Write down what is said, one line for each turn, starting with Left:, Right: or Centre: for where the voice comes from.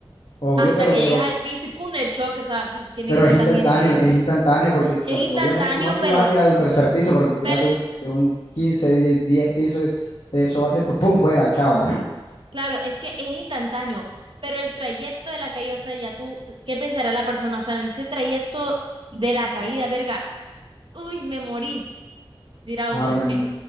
Left: obvio,
Right: hasta
Left: pero,
Right: que
Left: pero
Right: llegas al piso y ¡pum! el choque, o sea, mm, tiene
Left: Pero
Right: que ser
Left: es instantáneo,
Right: también horrible.
Left: es instantáneo porque,
Right: Es
Left: porque
Right: instantáneo,
Left: obviamente tú no te
Right: pero,
Left: vas a tirar de un tercer piso, pero te tiras
Right: pero
Left: de un, de un 15 10 10 pisos, eso va a ser tu pum, fuera, chao.
Right: claro, es que es instantáneo, pero el trayecto de la caída, o sea, ya tú, ¿qué pensará la persona? O sea, en ese trayecto de la caída, verga, uy, me morí, dirá
Left: Claro,
Right: uno
Left: me-
Right: que,